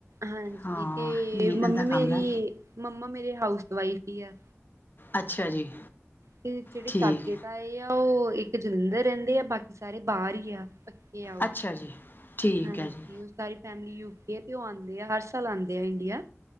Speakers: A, on the right; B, on the left.
A: ਹਾਂਜੀ,
B: ਹਾਂ
A: ਤੇ
B: ਮਿਹਨਤ
A: ਮੰਮੀ
B: ਦਾ
A: ਮੇਰੀ
B: ਕੰਮ ਹੈ
A: ਮੰਮਾ ਮੇਰੇ ਹਾਊਸਵਾਈਫ ਹੀ ਆ।
B: ਅੱਛਾ ਜੀ।
A: ਤੇ ਜਿਹੜੇ
B: ਠੀਕ
A: ਚਾਚੇ ਤਾਏ ਆ ਉਹ ਇੱਕ ਜਲੰਧਰ ਰਹਿੰਦੇ ਆ ਬਾਕੀ ਸਾਰੇ ਬਾਹਰ ਹੀ ਆ। ਪੱਕੇ ਆ ਉਹ
B: ਅੱਛਾ ਜੀ, ਠੀਕ
A: ਹਾਂਜੀ
B: ਹੈ ਜੀ।
A: ਉਹ ਸਾਰੀ ਫੈਮਿਲੀ ਯੂਕੇ ਹੈ, ਤੇ ਉਹ ਆਂਦੇ ਆ ਹਰ ਸਾਲ ਆਂਦੇ ਆ ਇੰਡੀਆ।